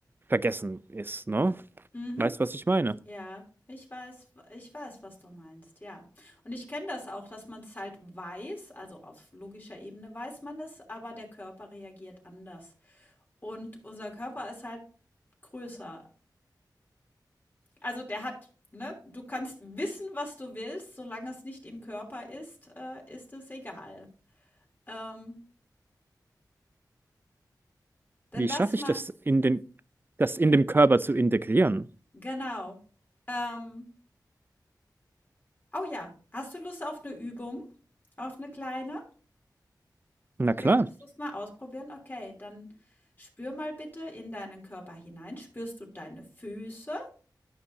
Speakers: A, on the right; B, on the left.
A: vergessen ist, ne?
B: mhm.
A: Weißt du, was ich meine?
B: Ja, ich weiß ich weiß, was du meinst, ja. Und ich kenne das auch, dass man es halt weiß, also auf logischer Ebene weiß man es, aber der Körper reagiert anders. Und unser Körper ist halt größer. Also, der hat ne, du kannst wissen, was du willst, solange es nicht im Körper ist, äh, ist es egal. Ähm, dann
A: Wie
B: lass
A: schaffe
B: mal
A: ich das in den, das in dem Körper zu integrieren?
B: genau. Ähm, oh ja, hast du Lust auf eine Übung? Auf eine kleine?
A: Na
B: Möchtest
A: klar.
B: du es mal ausprobieren? Okay, dann spür mal bitte in deinen Körper hinein. Spürst du deine Füße?